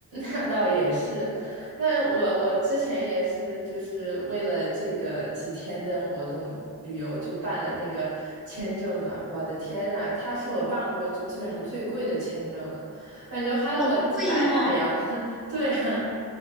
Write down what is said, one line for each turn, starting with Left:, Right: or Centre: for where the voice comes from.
Right: 那倒也是。那我我之前也是，就是为了这个几天的活动旅游，就办了那个签证嘛。我的天啊，他是我办过就基本上最贵的签证了，感觉花了我几百大洋。
Centre: 哦，对哦，
Right: <laughs> 对啊。